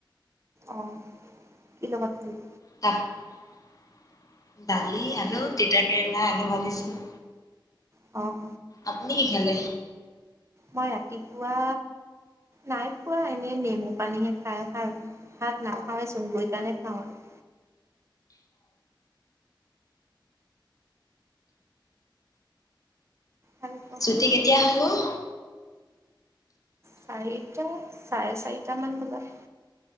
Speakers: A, on the right; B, on the left.
A: অ' কি লগত খালি?
B: ভাত দালি, আলু, তিতা কেৰেলা, আলু ভাজিছিলো৷
A: অ'
B: আপুনি কি খালে?
A: মই ৰাতিপুৱা নাই খোৱা, এনেই নেমু পানীহে খাই অহা, ভাত না খাইছোঁ৷ গৈ কেনে খাওঁ আৰু আৰু ক?
B: ছুটী কেতিয়া হয় অ'?
A: চাৰিটা, চাৰে চাৰিটামান বজাত